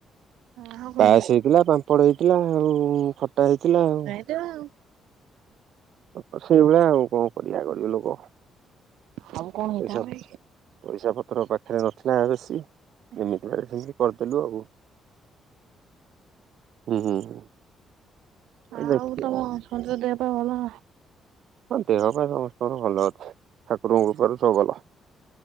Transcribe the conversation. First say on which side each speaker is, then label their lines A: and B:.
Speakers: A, on the right; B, on the right.
A: ଆଉ କଣ
B: ପାସ୍ ହେଇଥିଲା, ପାମ୍ପଡ ହେଇଥିଲା, ଆଉ ଖଟା ହେଇଥିଲା ଆଉ।
A: <unintelligible> ଆଉ
B: ହଁ ସେଇଭଳିଆ ଆଉ କଣ କରିବା କରିବା ଲୋକ।
A: ଆଉ ଆଉ କଣ ହେଇଥାନ୍ତା
B: ପଇସା <inaudible> ପଇସା ପତ୍ର ପାଖରେ ନଥିଲା ବେଶୀ। ଏମିତି ଭାବେ ସେମିତି କରିଦେଲୁ ଆଉ। ହୁଁ, ହୁଁ।
A: ଆଉ
B: ଦେଖିବା
A: ତୋମ ସଞ୍ଜୁର ଦେହ ପାହ ଭଲ ନା?
B: ହଁ ଦେହ ପା ସମସ୍ତଙ୍କର ଭଲ ଅଛି। ଠାକୁରଙ୍କ କୃପାରୁ ସବୁ ଭଲ।